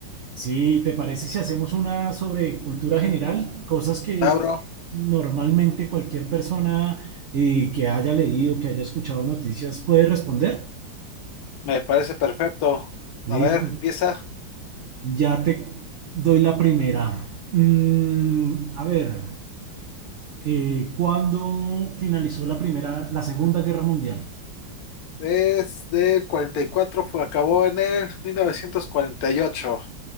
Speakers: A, on the right (about 65°); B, on the left (about 60°).
A: Sí, ¿te parece si hacemos una sobre cultura general? Cosas que
B: Va, bro.
A: normalmente cualquier persona eh, que haya leído, que haya escuchado noticias puede responder.
B: Me parece perfecto.
A: Listo.
B: A ver, empieza.
A: Ya te doy la primera. Mm, a ver, eh, ¿cuándo finalizó la primera, la Segunda Guerra Mundial?
B: Desde el 44 fue, acabó en el 1948.